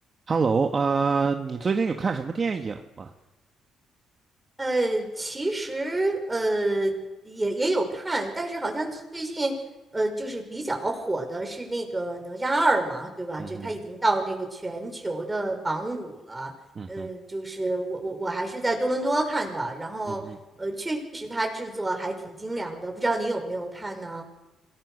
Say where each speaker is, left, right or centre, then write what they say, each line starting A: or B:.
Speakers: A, on the right; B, on the right.
A: Hello，呃，你最近有看什么电影吗？
B: 呃，其实呃也也有看，但是好像最近呃就是比较火的是那个哪吒二嘛，对吧？
A: 嗯哼，
B: 就他已经到那个全球的榜五了。
A: 嗯哼，
B: 嗯、就是我我我还是在多伦多看的，然后呃确实它制作还挺精良的，
A: 嗯
B: 不知道你有没有看呢？